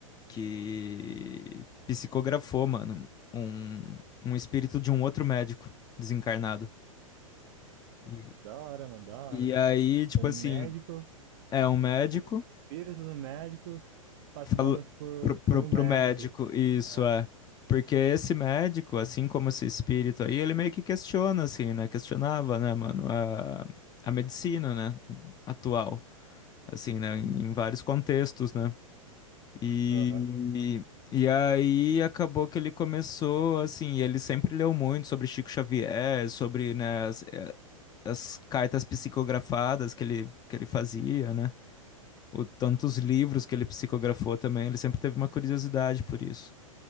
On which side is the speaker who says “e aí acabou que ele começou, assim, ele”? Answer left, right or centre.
Left